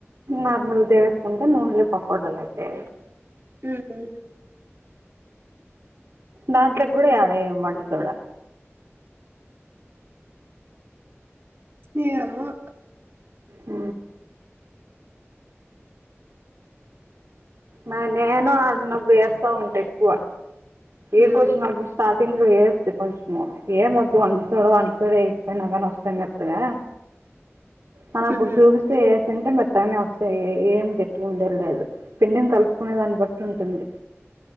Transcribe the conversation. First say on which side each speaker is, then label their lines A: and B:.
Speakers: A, on the right; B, on the right.
A: నార్మల్ డేస్ ఉంటే నూన్లే పకోడాలయితే
B: ఉ హు
A: దాంట్లోకి కూడా యాడ ఎయ్యం వంట సొడ
B: ఎయ్యామాక్
A: ఆ నా నేను ఏడున్నప్పుడు ఎస్తాఉంటే ఎక్కువ
B: హ్మ్.
A: ఏకో వచ్చిప్పుడు సాధ టింగ్ వేస్తంది కొంచెం ఏం మొద్దు అంటడు చోడ అంట చడ ఏగిపోయినక వస్తాంతుగా కానీ అప్పుడు
B: హ్మ్.
A: చూపిస్తే తంటే మెత్తగానే వస్తాయి ఏం గట్టుగా ఉండే లేదు పిండినీ కలుపుకునే దాన్ని బట్టి ఉంటుంది